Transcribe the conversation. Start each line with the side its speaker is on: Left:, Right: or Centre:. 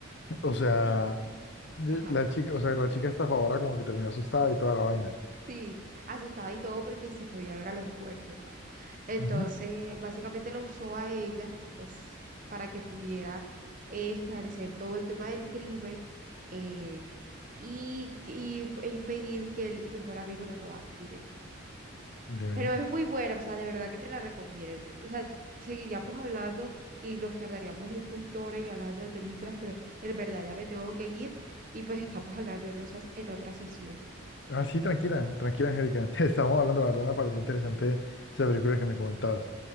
Left: o sea,
Right: Y...
Left: de-
Right: Ajá.
Left: la chica, o sea, la chica está a favor, como que terminó asustada y toda la vaina.
Right: Sí, asustada y todo porque sí podía ver a los muertos, ya. Entonces,
Left: Ujú.
Right: básicamente la usó a ella, pues, para que pudiera eh, esclarecer todo el tema del crimen eh, y, y, y pedir que el mejor amigo le robara el dinero.
Left: Dime.
Right: Pero es muy buena, o sea, de verdad que te la recomiendo. O sea, seguiríamos hablando y nos tardaríamos un montón ahí hablando de películas, pero en verdad ya me tengo que ir y pues estamos hablando en, otras- en otra sesión.
Left: Ah, sí, tranquila, tranquila, Angélica. <laughs> Estábamos hablando, la verdad me pareció interesante esa película que me comentabas.